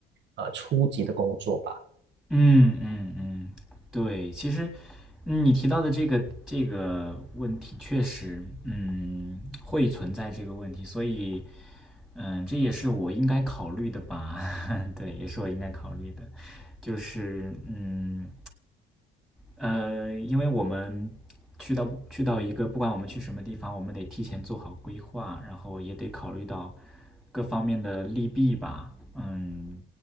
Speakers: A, on the right; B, in the centre.
A: 呃初级的工作吧。
B: 嗯嗯嗯，对，其实，嗯你提到的这个这个问题，确实，嗯，会存在这个问题，所以，嗯，这也是我应该考虑的吧？<laughs> 对，也是我应该考虑的，就是，嗯。呃，因为我们去到去到一个，不管我们去什么地方，我们得提前做好规划，然后也得考虑到各方面的利弊吧。嗯，